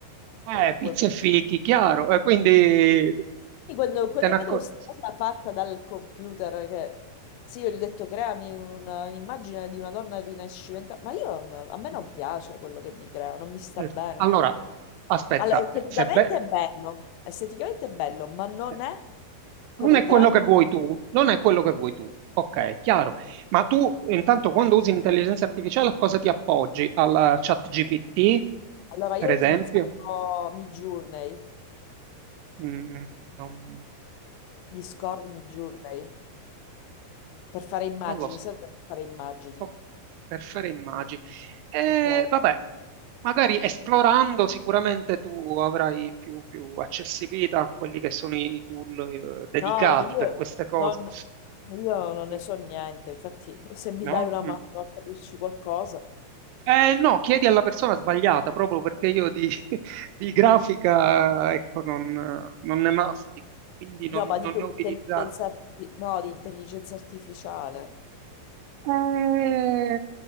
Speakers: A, on the right (about 85°); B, on the left (about 85°).
A: eh,
B: web-
A: pizza e fichi, chiaro. Eh, quindi
B: Quindi Quando, quando
A: te ne
B: vedo
A: accor-
B: questa cosa fatta dal computer, che... sì, io gli ho detto creami una- un'immagine di una donna rinascimentale, ma io, non- a me non piace quello che mi crea, non mi sta
A: Mm.
B: bene.
A: Allora, aspetta,
B: Allora, esteticamente
A: eh, se be-
B: è bello, esteticamente è bello, ma non
A: eh,
B: è come
A: non è
B: i grandi.
A: quello che vuoi tu, non è quello che vuoi tu. Ok, chiaro. Ma tu intanto quando usi l'intelligenza artificiale a cosa ti appoggi? Al chat GPT,
B: Allora, io
A: per esempio?
B: ho utilizzato Midjourney,
A: Mm, non...
B: Discord Midjourney, per fare immagini,
A: Non lo so.
B: serve per fare immagini.
A: Oh, per fare immagini. E
B: Ok.
A: vabbè, magari esplorando sicuramente tu avrai più, più accessibilità a quelli che sono i tool eh, dedicati
B: No, io
A: per queste cose.
B: non, io non
A: Mm,
B: ne so niente, infatti se mi
A: No?
B: dai una
A: Mm.
B: mano a capirci qualcosa.
A: Eh, no, chiedi alla persona sbagliata, proprio perché io di, <laughs> di grafica, ecco, non, non ne mastico, quindi non,
B: No, ma dico
A: non ne
B: di
A: ho utilizzati.
B: intelligenza, artifi- no, di intelligenza artificiale.
A: Eh,